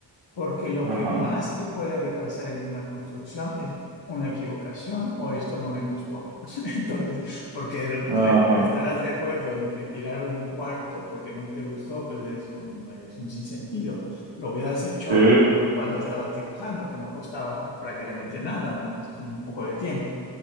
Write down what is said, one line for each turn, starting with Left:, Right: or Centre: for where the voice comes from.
Left: Porque lo
Right: Ajá,
Left: que más te puede retrasar en una construcción es una equivocación o esto no me gustó. <laughs> Entonces, porque
Right: ajá.
Left: re- estarás de acuerdo en que tirar un cuarto porque no te gustó, pues es un, es un sinsentido. Lo hubieras hecho
Right: Sí,
Left: cuando, cuando estabas dibujando, que no costaba prácticamente nada, nomás con un poco de tiempo.